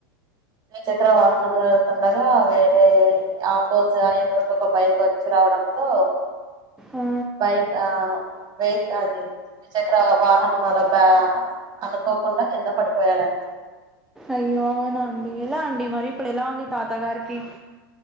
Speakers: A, on the right (about 35°); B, in the centre.
A: ద్వి చక్ర వాహనంలోనే వెళ్తుండగా వేరే ఆపోజ్ ఆ ఎదురుంగ ఒక బైక్ వచ్చి రావడం పో
B: ఆ
A: బైక్ ఆఁ బైక్ అది ద్విచక్ర వాహనం అలా బ్యా అనుకోకుండా కింద పడిపోయడండి
B: అయ్యో అవునాండి ఎలా అండి మరిప్పుడు ఎలా ఉంది తాత గారికి